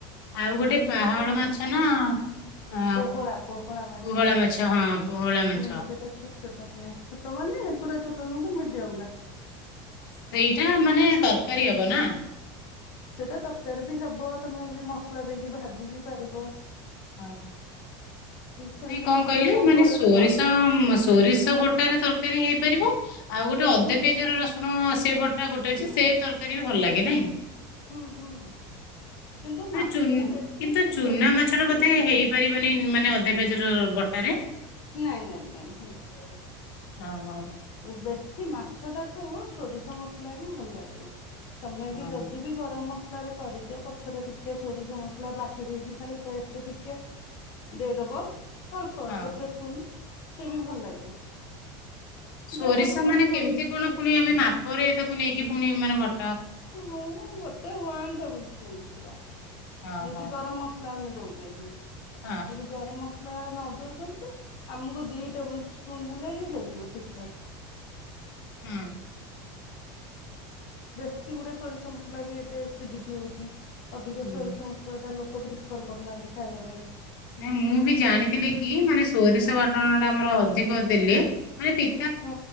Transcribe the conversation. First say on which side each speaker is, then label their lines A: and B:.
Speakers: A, on the left; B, on the left.
A: ଆଉ
B: ସେଇଟା
A: ଗୋଟେ
B: ବି
A: ପାହାଳ
B: ଲୋକ ଜାଣନ୍ତି
A: ମାଛ ନା। ଆ
B: ପୋହଳା ପୋହଳା ମାଛ
A: ପୋହଳା
B: ହୁଁ
A: ହଁ ପୋହଳା ମାଛ
B: ସେଟା ଛୋଟ। ଛୋଟ ହଁ ଛୋଟ ମାନେ ପୁରା ଛୋଟ ନୁହଁ ତ ମିଡିୟମ ଟା।
A: ସେଇଟା ମାନେ ତରକାରୀ ହବ ନା?
B: ସେଇଟା ତରକାରୀ ବି ହବ ତମେ ବି ମସଲା ଦେଇକି ଭାଜି ବି ପାରିବ।
A: ହଁ
B: ସେମିତି
A: ନାଇଁ କଣ
B: ମସଲା
A: କହିଲେ
B: ସବୁ
A: ମାନେ
B: ଗୋଳେଇ
A: ସୋରିଷ
B: ଦେଲ
A: ସୋରିଷ ବ। ବଟା ରେ ତରକାରୀ ହେଇପାରିବ। ଆଉ ଗୋଟେ ଅଦା
B: ହୁଁ
A: ପିଆଜର ରସୁଣ ସେ ବଟା ଗୋଟେ ଅଛି
B: ହୁଁ
A: ସେ ତରକାରୀ ବି ଭଲ ଲାଗେ ନାଇଁ?
B: ହୁଁ ହୁଁ କିନ୍ତୁ
A: ନା
B: ମାଛ
A: ଚୁନ
B: ଟା ବେଶୀ
A: କିନ୍ତୁ ଚୁନା
B: ସୋରିଷରେ
A: ମାଛଟା
B: ହିଁ
A: ବ। ଏ ତେ
B: ଭଲ
A: ହେଇପାରିବନି
B: ଲାଗେ
A: ମାନେ ଅଦା ପିଆଜର ବଟାରେ।
B: ନାଇଁ ନାଇଁ ନାଇଁ ଭଲ ଲାଗିବନି
A: ହ ହଁ।
B: ବେଶୀ ମାଛ ଟାକୁ ସୋରିଷ ମସଲା ହିଁ ଭଲ ଲାଗିବ ତମେ
A: ହଁ।
B: ବି ଯଦି ବି। ଗରମ ମସଲା ରେ କରୁଛ ପଛରେ ଟିକେ ସୋରିଷ ମସଲା ବାଟି ଦେଇକି ଖାଲି ଟେଷ୍ଟ ଟିକେ। ଦେଇଦବ ଅଳ୍ପ
A: ହଁ।
B: ଗୋଟେ ସ୍ପୁନ୍ ସେ ବି ଭଲ ଲାଗିବ।
A: ସୋରିଷା
B: ଯାହାକୁ ପସନ୍ଦ
A: ମାନେ କେମିତି କଣ ପୁଣି ଆମେ ମାପ ରେ ତାକୁ ନେଇକି ପୁଣି ମାନେ ଭର।
B: ଉମ୍ ଗୋଟେ ୱାନ୍ ଟେବଲସ୍ପୁନ୍ ପୁରା
A: ହଁ
B: ଯଦି ଗରମ ମସଲା। ମ ଦଉଛନ୍ତି। <unintelligible>
A: ହଁ।
B: ଯଦି ଗରମ ମସଲା ନ ଦଉଛନ୍ତି ତ ଆମକୁ ଦି ଟେବୁଲ ସ୍ପୁନ ହେଲେ ବି ହେଇଯିବ ଠିକ ଠାକ।
A: ହୁଁ।
B: ବେଶୀ ଗୁଡେ ସୋରିଷ ମସଲା ବି ଏବେ ଏସିଡିଟି ହଉଛି ଅଧିକ
A: ହୁଁ।
B: ସୋରିଷ ମସଲାଟା ଲୋକ। <unintelligible> କରଗୋନ୍ତି ଗାଇାବ ପାଇଁ।
A: ନା ମୁଁ ବି ଜାଣିଥିଲି କି ମାନେ ସୋରିଷ ବାଟଣ ଟା ଆମର ଅଧିକ ଦେଲେ ମାନେ ପି।
B: ହଁ